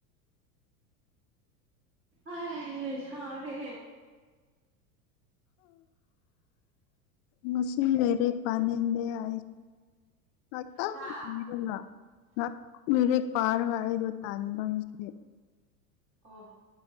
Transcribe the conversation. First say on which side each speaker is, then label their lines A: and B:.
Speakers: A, on the right; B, on the left.
A: ꯑꯥꯏ ꯍ‌ꯦ ꯁꯔꯦ
B: ꯉꯁꯤ ꯂꯩꯔꯦꯛ ꯄꯥꯅꯤꯡꯗ‌ꯦ ꯂꯥꯛ ꯇ
A: ꯍꯥ
B: ꯉꯔ <unintelligible> ꯄꯥꯔꯒ ꯑꯩꯗꫭ ꯇꯥꯥꯟꯕꯝꯁꯤ
A: ꯑꯣ